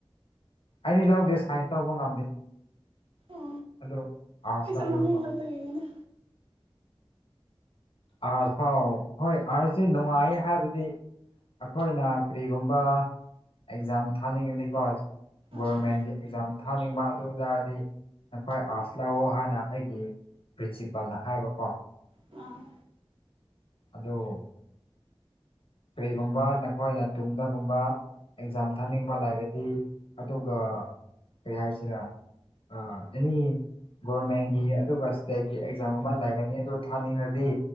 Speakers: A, on the left; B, on the right.
A: ꯑꯩꯗꯤ ꯂꯧꯗꯦ ꯁꯥꯏꯟꯁ ꯂꯧꯕ ꯉꯝꯗꯦ
B: ꯑꯣ
A: ꯑꯗꯨ ꯑꯥꯔꯠꯁ
B: ꯑꯩꯁꯨ
A: ꯂꯧꯋꯦꯕꯀꯣ
B: ꯃꯃꯤꯡ ꯈꯛꯇꯒꯤꯅꯤꯗ
A: ꯑꯥꯔꯁ ꯐꯥꯎ ꯍꯣꯏ ꯑꯥꯔꯁꯁꯤ ꯅꯨꯡꯉꯥꯏ ꯍꯥꯏꯕꯗꯤ ꯑꯩꯈꯣꯏꯅ ꯀꯔꯤꯒꯨꯝꯕ ꯑꯦꯛꯖꯥꯝ ꯊꯥꯅꯤꯡꯉꯗꯤꯀꯣ ꯒꯣꯚꯔꯃꯦꯟꯒꯤ
B: ꯑꯥ
A: ꯑꯦꯛꯖꯥꯝ ꯊꯥꯅꯤꯡꯕ ꯑꯗꯨ ꯇꯔꯗꯤ ꯅꯈꯣꯏ ꯑꯥꯔꯠꯁ ꯂꯧꯑꯣ ꯍꯥꯏꯅ ꯑꯩꯒꯤ ꯄ꯭ꯔꯤꯟꯁꯤꯄꯜꯅ ꯍꯥꯏꯕꯀꯣ
B: ꯑ
A: ꯑꯗꯣ ꯀꯔꯤꯒꯨꯝꯕ ꯅꯈꯣꯏꯅ ꯇꯨꯡꯗꯒꯨꯝꯕ ꯑꯦꯛꯖꯥꯝ ꯊꯥꯅꯤꯡꯕ ꯂꯩꯔꯗꯤ ꯑꯗꯨꯒ ꯀꯩ ꯍꯥꯏꯁꯤꯔꯥ ꯑꯥ ꯑ‌ꯦꯅꯤ ꯒꯣꯔꯃꯦꯟꯒꯤ ꯑꯗꯨꯒ ꯏꯁꯇꯦꯠꯀꯤ ꯑꯦꯛꯖꯥꯝꯒꯨꯝꯕ ꯂꯩꯒꯅꯤ ꯑꯗꯨ ꯊꯥꯅꯤꯡꯉꯗꯤ